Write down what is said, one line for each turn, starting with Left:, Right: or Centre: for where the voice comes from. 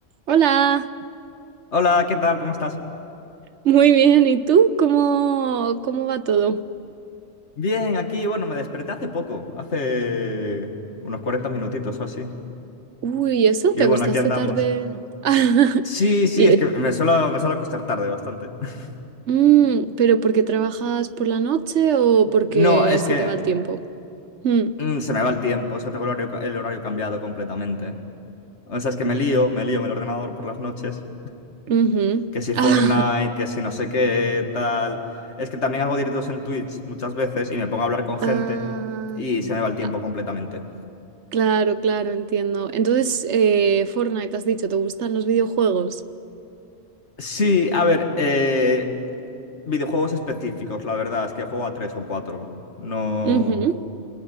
Right: Hola,
Left: Hola, ¿qué tal? ¿Cómo estás?
Right: muy bien. ¿Y tú? ¿Cómo, cómo va todo?
Left: Bien, aquí, bueno, me desperté hace poco, hace unos 40 minutitos o así.
Right: Uy, ¿eso?
Left: Y
Right: ¿Te acostaste
Left: bueno, aquí andamos.
Right: tarde? <laughs>
Left: Sí, sí,
Right: Y,
Left: es
Right: eh,
Left: que me suelo, me suelo acostar tarde bastante. <laughs>
Right: mm, ¿pero porque trabajas por la noche o porque
Left: No, es
Right: se
Left: que
Right: te va el tiempo? Mm,
Left: mm, se me va el tiempo, o sea, tengo el horario, ca- el horario cambiado completamente. O sea, es que me lío, me lío en el ordenador por las noches.
Right: ujú.
Left: Que si
Right: Ah,
Left: Fortnite, que si no sé qué, tal. Es que también hago directos en Twitch muchas veces y me pongo a hablar con
Right: <laughs>
Left: gente
Right: ah,
Left: y se me va el tiempo
Right: ah,
Left: completamente.
Right: claro, claro, entiendo. Entonces, eh, Fortnite, has dicho, ¿te gustan los videojuegos?
Left: Sí, a ver, eh, videojuegos específicos, la verdad, es que juego a tres o cuatro. No.
Right: Ujú.